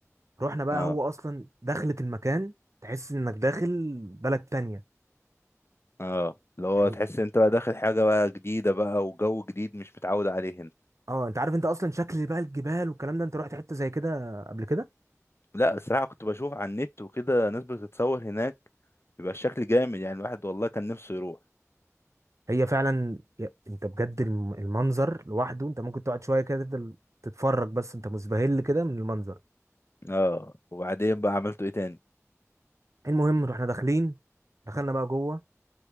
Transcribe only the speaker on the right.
رحنا بقى
هو اصلا دخلة المكان تحس انك داخل بلد تانية
يعني
اه انت عارف انت اصلا شكل بقى الجبال والكلام ده انت رحت حته زي كده قبل كده
هي فعلا يا- انت بجد الم- المنظر لوحده انت ممكن تقعد شويه كده تفضل تتفرج بس انت مسبهل كده من المنظر
المهم رحنا داخلين دخلنا بقى جوه